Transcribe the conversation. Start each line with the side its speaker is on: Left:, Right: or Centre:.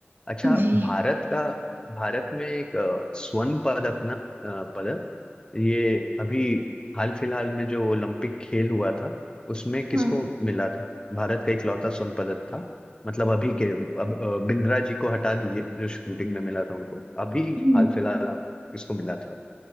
Left: अच्छा
Right: जी
Left: भारत का भारत में एक अ, स्वर्ण पदक ना अ, पदक ये अभी हाल फिलहाल में जो ओलंपिक खेल हुआ था उसमें किसको
Right: हाँ
Left: मिला था भारत का इकलौता स्वर्ण पदक था मतलब अभी के अब अ, बिंद्रा जी को हटा दीजिए जो शूटिंग में मिला था उनको अभी
Right: हम्म,
Left: हाल फिलहाल आप किसको मिला था